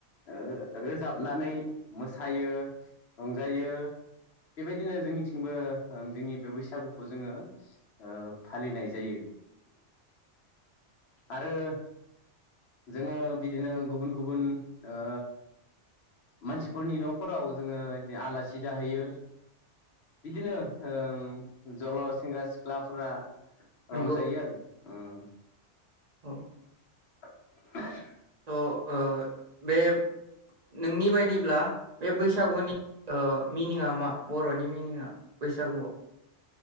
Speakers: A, on the left; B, on the right.
A: ओ रोजाबनानै मोसायो रंजायो बेबायदिनो जोंनिथिंबो ओं जोंनि बे बैसागुखौ जोङो ओ फालिनाय जायो। आरो जोङो बिदिनो गुबुन-गुबुन ओ मानसिफोरनि न'फोराव जोङो इदि आलासि जाहैयो। बिदिनो होम जल सेंग्रा सिख्लाफोरा
B: नंगौ
A: रंजायो आरो ओम।
B: औ
A: <inaudible>
B: अ ओ बे नोंनि बायदिब्ला बे बैसागुनि ओ मिनिङा मा बर'नि मिनिङाआ बैसागुआव?